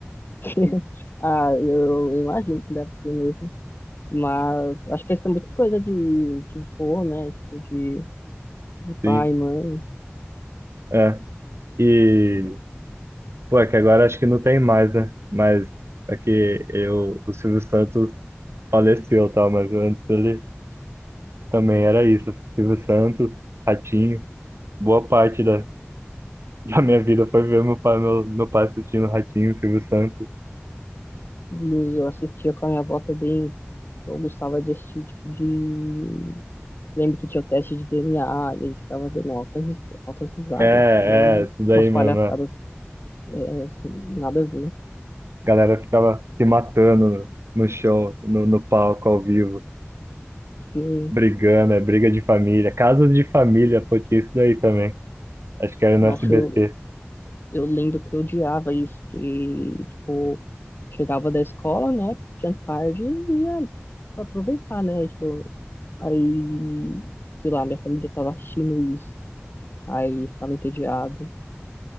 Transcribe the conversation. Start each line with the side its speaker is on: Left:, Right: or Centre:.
Left: <laughs> Ah, eu imagino que deve ser mesmo. Mas acho que isso é muito coisa de, de vô, né? Tipo, de, de pai,
Right: sim.
Left: mãe.
Right: É, e, pô, é que agora acho que não tem mais, né? Mas é que eu, o Silvio Santos faleceu, tá? Mas antes ele também era isso, Silvio Santos, Ratinho, boa parte da, da minha vida foi ver meu pai, meu, meu pai assistindo Ratinho, Silvio Santos.
Left: E eu assistia com a minha avó também. Eu gostava de assistir, tipo, de Lembro que tinha o teste de DNA e a gente ficava dando altas, ris- altas risadas,
Right: É,
Left: com
Right: é, isso daí
Left: umas
Right: mesmo.
Left: palhaçadas,
Right: é.
Left: é, assim, nada a ver.
Right: A galera ficava se matando no, no show, no, no palco, ao vivo,
Left: Sim,
Right: brigando, é briga de família. Casas de família, pô, tinha isso daí também. Acho que era no
Left: nossa,
Right: SBT.
Left: eu, eu lembro que eu odiava isso, que, tipo, chegava da escola, né, tinha tarde e ia pra aproveitar, né, tipo, aí, sei lá, minha família tava assistindo isso, aí ficava entediado.